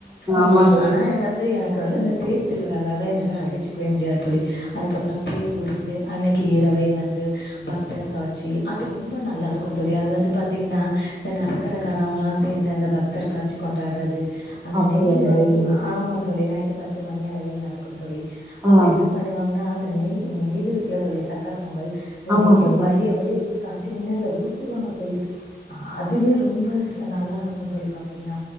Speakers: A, on the left (about 70°); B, on the right (about 15°).
A: ம்
B: ஆமா தோழி
A: ஆனா வந்து எனக்கு வந்து இந்த தேர் திருவிழாவ என்னால அடிச்சுக்கவே முடியாது தோழி அதுக்கப்றம் தேர் முடிந்து அன்னைக்கு இரவே வந்து பக்தர் காட்சி அது ரொம்ப நல்லா இருக்கு தோழி அது வந்து பாத்தீங்கன்னா இந்த நகக்கட
B: ம்
A: காரவங்களா சேந்து அந்த பக்தர் காட்சி கொண்டாட்றது அந்த
B: அப்படியா
A: நெய்ய
B: தோழி
A: சு அ ஆமா தோழி நைட்டு பத்து மணி அளவில் நடக்கு க்கும் தோழி அப்ப
B: ஆ
A: என்ன பண்ணுவாங்கன்னா அந்த நெய் ம் இது இருக்குல தோழி சக்கர பொங்கல் அதுல
B: ஆமா
A: நெய்ய
B: தோழி
A: வலிய வலிய ஊத்தி காய்ச்சி மின்னர்ல ஊத்துவாங்க கோழி அதுவே ரொம்ப அது நல்லா இருக்கு தோழி பாத்திங்கன்னா